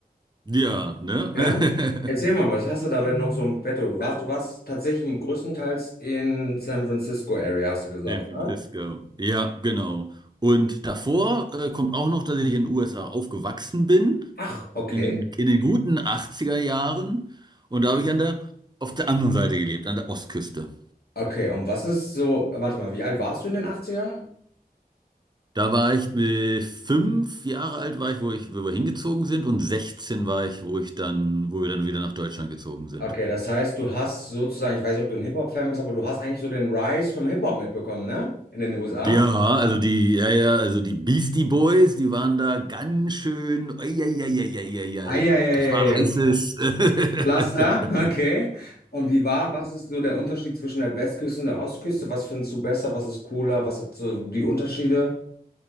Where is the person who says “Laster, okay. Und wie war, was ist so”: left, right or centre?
Left